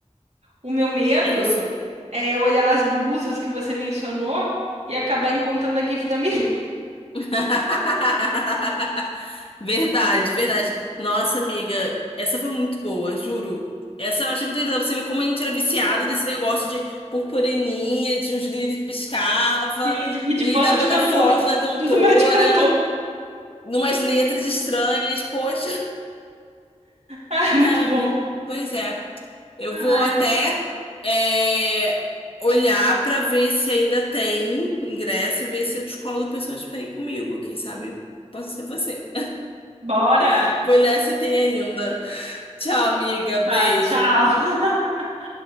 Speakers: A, on the right; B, on the left.
A: O meu medo
B: é isso.
A: é olhar as blusas que você mencionou e acabar encontrando a GIF da minha <laughs>
B: <laughs> Verdade, verdade. Nossa, amiga, essa foi muito boa, juro. Essa eu achei muito engraçada pra você ver como a gente era viciado desse negócio de purpurininha, de uns glitter que piscava,
A: Sim, e de, e
B: e
A: de foto
B: da botar
A: de cantor.
B: foto da cantora,
A: Tudo match cantor. <laughs>
B: numas letras estranhas. Poxa,
A: Ah,
B: cara,
A: muito bom.
B: amiga, pois é. Eu
A: Ai,
B: vou até é, olhar pra ver se ainda tem ingresso e ver se eu descolo pessoas pra ir comigo. Quem sabe possa ser você.
A: bora.
B: <laughs> Vou olhar se tem ainda. Tchau, amiga. Beijo.
A: Tá, tchau. <laughs>